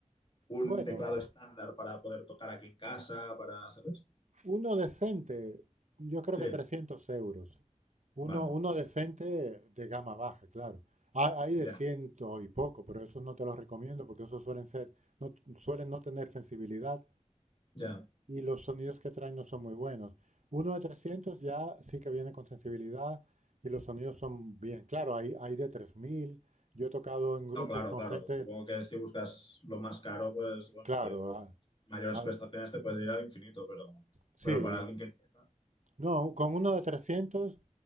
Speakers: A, on the left; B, on the right.
A: un
B: Bueno,
A: teclado estándar para poder tocar aquí en casa, para, ¿sabes?
B: Uno decente, yo creo
A: Sí,
B: que 300 euros. Uno,
A: vale,
B: uno decente de gama baja, claro. Ha- Hay
A: ya,
B: de ciento y poco, pero esos no te los recomiendo porque esos suelen ser, no, suelen no tener sensibilidad
A: ya.
B: y los sonidos que traen no son muy buenos. Uno de 300 ya sí que viene con sensibilidad y los sonidos son bien. Claro, hay, hay de 3000. Yo he tocado en grupos
A: No, claro,
B: con
A: claro.
B: gente,
A: Supongo que si buscas lo más caro, pues bueno,
B: claro,
A: te- o
B: a-
A: mayores
B: a-
A: prestaciones te puedes ir al infinito, pero,
B: sí,
A: pero para alguien que empieza,
B: no, con uno de 300.